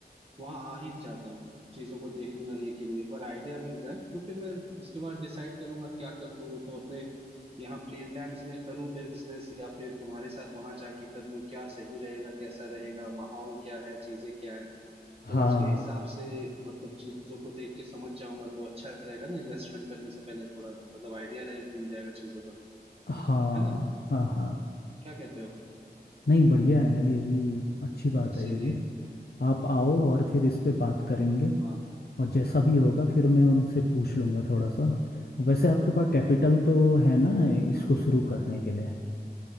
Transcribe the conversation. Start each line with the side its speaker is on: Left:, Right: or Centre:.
Right: वहां आ ही जाता हूँ चीजों को देखने और ये के लिए एक बार आइडिया मिल जाए तो फिर मैं उसके बाद डिसाइड करूंगा क्या करूँ मतलब अपने यहाँ प्लेन लैंड्स में करूँ बिजनेस या फिर तुम्हारे साथ वहां जाके कर लूँ क्या सही रहेगा कैसा रहेगा माहौल क्या है चीजें क्या है तो
Left: हाँ
Right: उसके हिसाब से मतलब चीजों को देख के समझ जाऊंगा तो अच्छा रहेगा ना इन्वेस्टमेंट करने से पहले थोड़ा मतलब आइडिया रहे मिल जाएगा चीजों का
Left: हाँ
Right: है ना
Left: हाँ हाँ
Right: क्या कहते हो
Left: नहीं बढ़िया है ये भी अच्छी बात
Right: इसीलिए
Left: है ये भी आप आओ और फिर इस पे बात करेंगे
Right: हाँ।
Left: और जैसा भी होगा फिर मैं उनसे पूछ लूँगा थोड़ा सा वैसे आपके पास कैपिटल तो है ना इसको शुरू करने के लिए